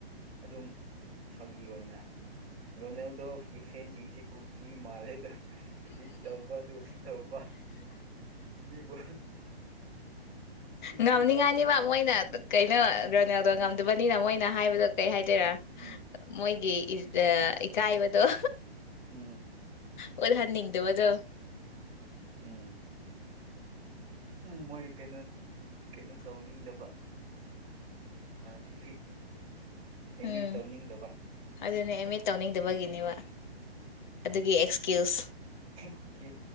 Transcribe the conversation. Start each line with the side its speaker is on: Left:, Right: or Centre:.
Right: ꯑꯗꯨꯝ ꯐꯥꯒꯤ ꯑꯣꯏꯅ ꯔꯣꯅꯦꯜꯗꯣꯒꯤ ꯐꯦꯟꯁꯤꯡꯁꯤ ꯀꯨꯀꯤ ꯀꯤ ꯃꯥꯜꯂꯦꯗ ꯏꯗꯤꯠ ꯇꯧꯕ ꯑꯗꯨꯨꯝ ꯇꯧꯕ ꯃꯤꯕꯨ ꯆꯤꯟꯊꯤꯕ
Left: ꯉꯝꯅꯤꯉꯥꯏꯅꯤꯕ ꯃꯣꯏꯅ ꯀꯩꯅꯣ
Right: ꯎꯝ
Left: ꯒ꯭ꯔꯦꯅꯦꯜꯗꯣ ꯉꯝꯗꯕꯅꯤꯅ ꯃꯣꯏꯅ ꯍꯥꯏꯕꯗꯣ ꯀꯩ ꯍꯥꯏꯗꯣꯏꯔꯥ
Right: ꯎꯝ
Left: ꯃꯣꯏꯒꯤ ꯏ ꯏ ꯑꯗꯨꯣ
Right: ꯎꯝ
Left: ꯑꯣꯗ ꯍꯅꯅꯤꯡꯗꯦꯕ ꯑꯗꯨꯣ
Right: ꯎꯝ ꯃꯣꯏ ꯀꯩꯅꯣ ꯀꯩꯅꯣ ꯇꯧꯅꯤꯡꯗꯕ ꯗꯤꯐꯤꯠ ꯑꯦꯃꯤꯠ
Left: ꯎꯝ
Right: ꯇꯧꯅꯤꯡꯗꯕ
Left: ꯑꯗꯨꯅꯦ ꯑꯦꯝ ꯑꯦꯗ ꯇꯧꯅꯤꯡꯗꯕꯒꯤꯅꯦꯕ
Right: ꯑꯗꯒꯤ ꯎꯝ
Left: ꯑꯗꯨꯒꯤ ꯑꯦꯛꯁꯀ꯭ꯌꯨꯁ
Right: ꯀꯨꯀꯤ